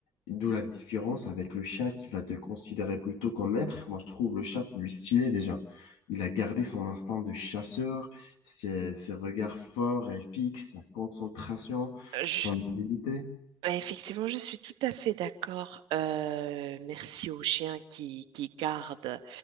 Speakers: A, on the left; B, on the right.
A: D'où la différence avec le chien qui va te considérer plutôt comme maître. Moi, je trouve le chat plus stylé déjà. Il a gardé son instinct de chasseur, ses, ses regards forts et fixes, sa concentration,
B: Je-
A: son habileté.
B: Effectivement, je suis tout à fait d'accord. Euh, merci aux chiens qui, qui gardent